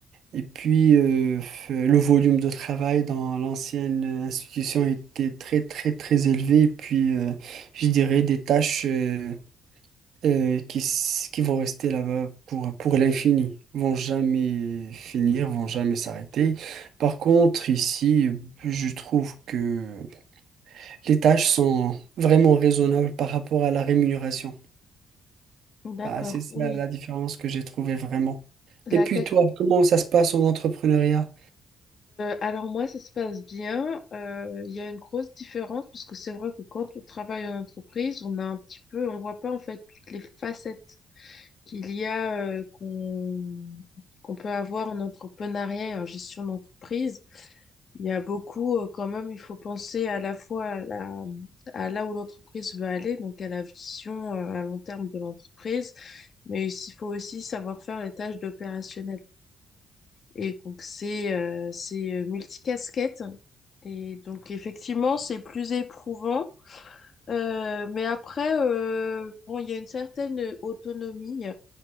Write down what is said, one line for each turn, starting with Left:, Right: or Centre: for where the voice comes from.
Right: Et puis, euh, f- le volume de travail dans l'ancienne institution était très, très, très élevé. Et puis, euh, je dirais des tâches. euh, euh, qui, s- qui vont rester là-bas pour, pour l'infini, vont jamais finir, vont jamais s'arrêter. Par contre, ici, je trouve que les tâches sont vraiment raisonnables par rapport à la rémunération.
Left: D'accord,
Right: Bah, c'est ça
Left: oui.
Right: la différence que j'ai trouvée vraiment.
Left: La
Right: Et puis
Left: qualité.
Right: toi, comment ça se passe en entrepreneuriat?
Left: alors moi, ça se passe bien. Euh, Il y a une grosse différence parce que c'est vrai que quand on travaille en entreprise, on a un petit peu, on voit pas en fait toutes les facettes qu'il y a euh, qu'on qu'on peut avoir en entrepreneuriat et en gestion d'entreprise. Il y a beaucoup, euh, quand même, il faut penser à la fois à la, à là où l'entreprise veut aller, donc à la vision euh, à long terme de l'entreprise, mais il faut aussi savoir faire les tâches d'opérationnel. Et donc c'est euh, c'est euh, multicasquette. Et donc effectivement, c'est plus éprouvant. Euh, mais après, euh, bon, il y a une certaine autonomie